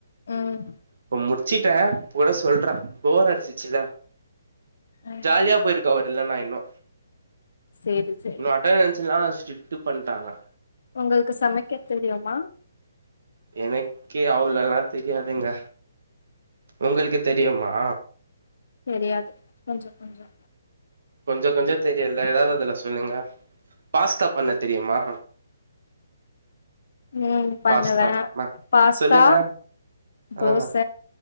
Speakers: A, on the left; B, on the right.
A: ம்
B: இப்ப முடிச் முடிச்சிட்டே கூட சொல்றா போர் அடிச்சிச்சில
A: ம்
B: ஜாலியா போயிருக்காவரு இல்லன்னா என் நோ
A: சேரி சேரி
B: இன்னு அட்டனன்ஸ்லா சுட்டு பண்ட்டாங்க
A: உங்கள்க்கு சமைக்க தெரியுமா
B: எனக்கே அவளல்லா தெரியாதுங்க உங்களுக்கு தெரியுமா
A: தெரியாது கொஞ்சோ கொஞ்சோ
B: கொஞ்சோ கொஞ்சோ தெரியுல ஏதாவததுல சொல்லுங்க பாஸ்தா பண்ண தெரியுமா
A: உம் பண்ணுவேன்
B: பாஸ்தா ம
A: பாஸ்தா
B: சொல்லுங்க
A: தோச
B: ஆ